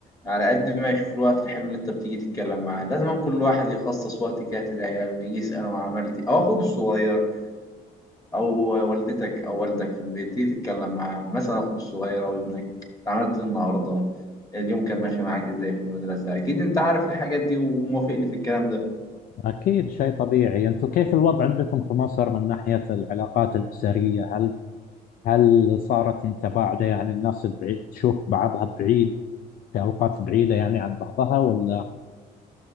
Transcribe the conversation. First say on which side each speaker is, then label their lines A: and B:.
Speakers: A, on the left (about 20°); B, on the left (about 60°).
A: على قد ما يشوف الوقت الحلو اللي انت بتيجي تتكلم معاه لازم كل واحد يخصص وقت كده للعيال ويجي يسأله عملت ايه او اخوك الصغير او والدتك او والدك في البيت تيجي تتكلم معاه مثلا اخوك الصغير او ابنك عملت ايه النهارده اليوم كان ماشي معاك ازاي في المدرسة اكيد انت عارف الحاجات دي وموافقني في الكلام ده
B: أكيد شيء طبيعي أنتم كيف الوضع عندكم في مصر من ناحية العلاقات الأسرية هل هل صارت متباعدة يعني الناس البعيد تشوف بعضها بعيد في أوقات بعيدة يعني عن بعضها ولا